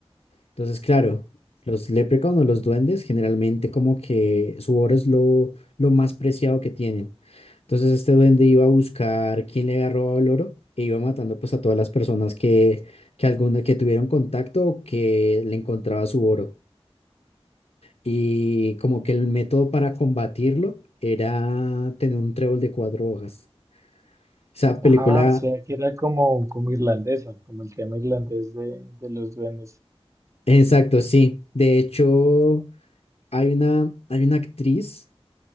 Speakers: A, on the left; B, on the right.
A: Entonces, claro, los leprechauns o los duendes generalmente como que su oro es lo, lo más preciado que tienen. Entonces este duende iba a buscar quién le había robado el oro e iba matando pues a todas las personas que, que, alguna, que tuvieron contacto o que le encontraba su oro. Y como que el método para combatirlo era tener un trébol de cuatro hojas. Esa película,
B: Ah, o sea que era como, como irlandesa, como el tema irlandés de, de los duendes.
A: exacto, sí. De hecho, hay una, hay una actriz.